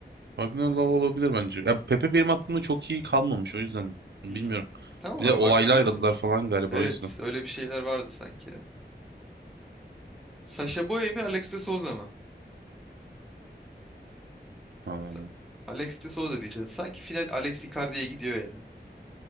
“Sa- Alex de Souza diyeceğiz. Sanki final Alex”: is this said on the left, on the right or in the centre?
Centre